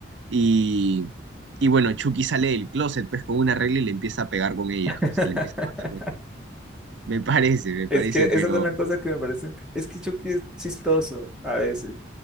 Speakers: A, on the right; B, in the centre.
A: Y, y bueno, Chucky sale del closet pues con una regla y le empieza a pegar con ella.
B: <laughs>
A: O sea, le empieza a matar con... Me parece, me
B: Es
A: parece,
B: que esas
A: pero...
B: son las cosas que me parecen. Es que Chucky es chistoso a veces.